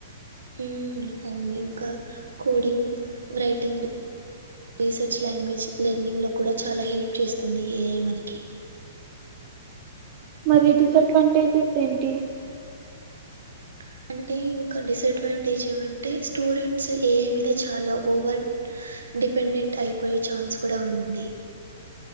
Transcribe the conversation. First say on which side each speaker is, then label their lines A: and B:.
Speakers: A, on the right; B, on the right.
A: ఉ అవును ఇంకా coding writing reset language learning లో కూడా చాలా హెల్ప్ చేస్తుంది ఏఐ మనకి.
B: మరి డిసడ్వాంటేజెస్ ఏంటి
A: <inaudible> అంటే ఇంకా డిసడ్వాంటేజ్ ఏమంటే స్టూడెంట్స్ ఏఐ మీద చాలా ఓవర్ డిపెండెంట్ అయిపోయే ఛాన్స్ కూడా ఉంది